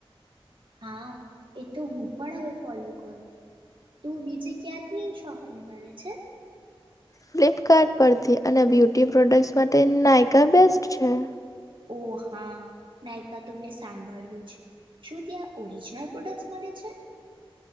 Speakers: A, on the right; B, on the left.
A: હા, એ તો હું પણ હવે ફોલો કરું છું. તુ બીજે ક્યાંથી શોપિંગ કરે છે?
B: ફ્લિપકાર્ટ પરથી અને બ્યુટી પ્રોડક્ટ્સ માટે નાયકા બેસ્ટ છે.
A: ઓ હા. નાયકા તો મેં સાંભળ્યું છે. શું ત્યાં ઓરિજનલ પ્રોડક્ટ્સ મળે છે?